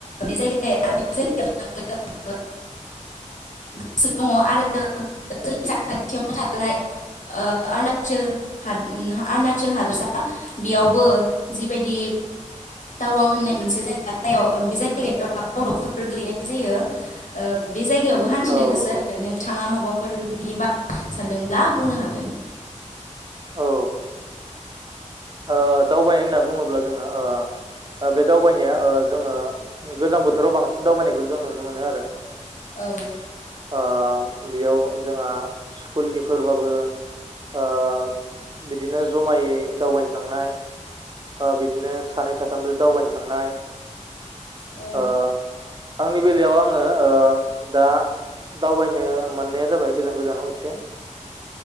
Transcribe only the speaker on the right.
<inaudible>
औ
औ
ओ ओ दावबायनाय होनना बुङोब्ला जोङो ओ ओ बे दावबायनाया ओ जोङो गोजां बोथोराव बांसिन दावबायनायखौ जों नुनो मोनो आरो
ओ बेयाव जोंहा स्कुलनिफोरबाबो। ओ बिदिनो जमायै दावबायनो थांनाय। ओ बिदिनो सानै साथामदो दावबायनो थांनाय।
ओ आंनि बेलायाव आङो ओम दा दावबायनो मोननाया जाबाय गोजान गोजानाव एसे।